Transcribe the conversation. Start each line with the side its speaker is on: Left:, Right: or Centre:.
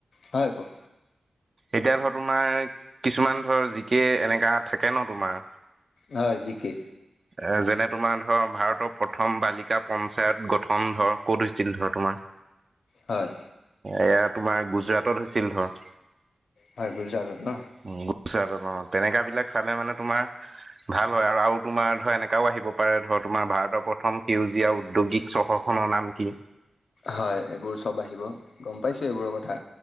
Left: হয় আ ক
Right: এতিয়া ধৰ তোমাৰ কিছুমান ধৰ জিকে এনেকা থাকে ন তোমাৰ
Left: হয় জিকে
Right: এ যেনে তোমাৰ ধৰ ভাৰতৰ প্ৰথম বালিকা পঞ্চায়ত গঠন ধৰ ক'ত হৈছিল ধৰ তোমাৰ
Left: হয়।
Right: এয়া তোমাৰ গুজৰাটত হৈছিল ধৰ
Left: হয় গুজৰাটত ন
Right: গুচ আৰু ন তেনেকা বিলাক। চালে মানে তোমাৰ ভাল হয় আৰু আৰু তোমাৰ ধৰা এনেকাও আহিব পাৰে ধৰ তোমাৰ ভাৰতৰ প্ৰথম সিউজ জীয়া উদ্যোগিক চহৰখনৰ নাম কি?
Left: হয় এইবোৰ চব আহিব গম পাইছো এইবোৰৰ কথা